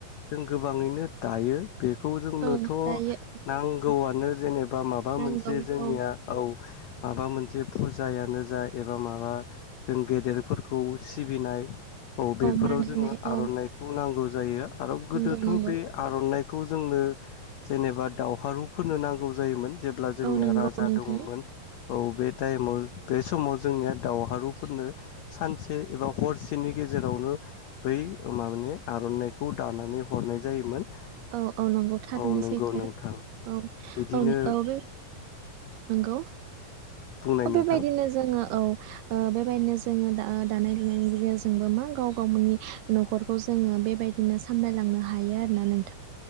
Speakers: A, on the left; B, on the right.
A: जों गोबाङैनो दायो बेखौ जोंनोथ
B: औ दायो
A: नांगौआनो जेनेबा माबा
B: नांगौ
A: मोनसे जोंनिया
B: औ
A: औ माबा मोनसे फुजायानो जा एबा माबा जों गेदेरफोरखौ सिबिनाय औ बेफोराव
B: मान
A: जोङो
B: होनाय
A: आरनाइखौ
B: औ
A: नांगौ जायो आरो गोदोथ
B: नंगौ नंगौ
A: बे आरनाइ खौ जोंनो जेनेबा दावहारुफोरनो नांगौ जायोमोन जेब्ला जोंनिया
B: औ नंगौ
A: राजा
B: नोंथां
A: दङमोन औ बे टाइमाव बे समाव जोंनिया दावहारुफोरनो सानसे एबा हरसेनि गेजेराव जेरावनो बै माबे आरनाइखौ दानानै हरनाय जायोमोन
B: औ औ नंगौ थारैनो
A: औ नंगौ
B: सैथो
A: नोंथां
B: औ
A: बिदिनो
B: औ औ बे नंगौ
A: बुंनाय नोंथां
B: बेबायदिनो जोङो औ बेबायदिनो जोङो दा दानाय लुनायनि गेजेरजोंबो मा गाव गावनि नखरखौ जों जोङो बेबायदिनो सामलायलांनो हायो आरोना नों